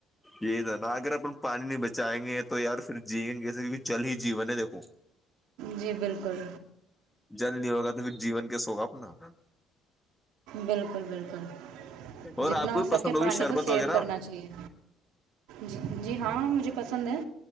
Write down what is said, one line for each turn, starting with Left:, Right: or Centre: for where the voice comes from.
Centre: یہ تو نہا اگر اپن پانی نہیں بچائیں گے تو یار پھر جیئیں گےسے کیکہ جل ہی جیون ہے دیکھو
Right: جی بالکل
Centre: جل نہیں ہوگا تو پھر جیون کیس ہوگا اپنا
Right: بالکل بالکل
Centre: اور
Right: جتنا
Centre: آپ کو
Right: ہو سکے
Centre: پسند ہوگی
Right: پانی
Centre: شربت
Right: کو سیو
Centre: وغیرہ
Right: کرنا چاہیے جی جی ہاں مجھے پسند ہے